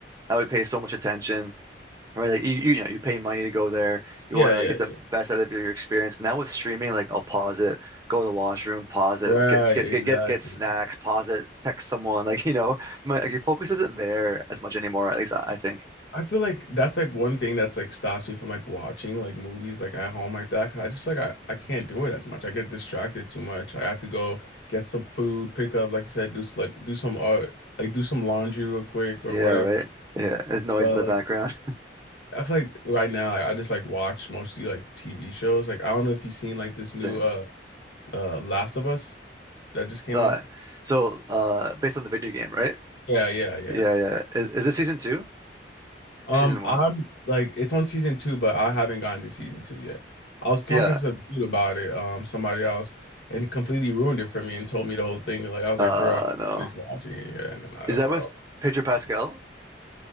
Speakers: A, on the right; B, on the left.
A: I would pay so much attention. Or like you, you you know, you pay money to go there. You
B: yeah,
A: want to
B: yeah,
A: like get the
B: yeah.
A: best out of your experience. But now with streaming, like I'll pause it, go to the washroom, pause it,
B: Right,
A: get get
B: exactly.
A: get get get snacks, pause it, text someone. <laughs> Like you know, my like, your focus isn't there as much anymore. At least I, I think.
B: I feel like that's like one thing that's like stops me from like watching like movies like at home like that 'cause I just feel like I, I can't do it as much. I get distracted too much. I have to go get some food, pick up like you said, do s- like do some art, like do some laundry real quick or
A: Yeah,
B: whatever.
A: right. Yeah, there's noise
B: But
A: in the
B: like
A: background.
B: I feel like right now I, I just like watch mostly like TV shows. Like I don't know if you've seen like this new
A: <laughs> Same.
B: uh uh Last of Us. that just came
A: Uh,
B: out?
A: so uh, based on the video game, right?
B: Yeah, yeah, yeah.
A: Yeah, yeah. Is, is this season two?
B: Um,
A: Or season one?
B: I'm like it's on season two, but I haven't gotten to season two yet. I was talking
A: Yeah.
B: to some dude about it, um, somebody else, and he completely ruined it for me and told me the whole thing. Like I was
A: Uh,
B: like, bro, I can't
A: no.
B: finish watching it yet. And then I
A: Is
B: was
A: that
B: like,
A: with
B: oh.
A: Pedro Pascal?